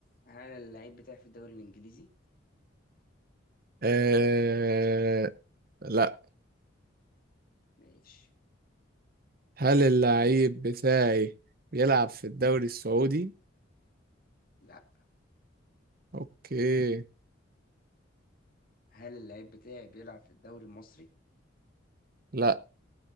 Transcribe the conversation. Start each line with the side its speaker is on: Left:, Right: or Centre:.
Left: هل اللعيب بتاعي في الدوري الانجليزي
Right: أه... لا
Left: ماشي
Right: هل اللعيب بتاعي بيلعب في الدوري السعودي
Left: لا
Right: اوكي
Left: هل اللعيب بتاعي بيلعب في الدوري المصري
Right: لا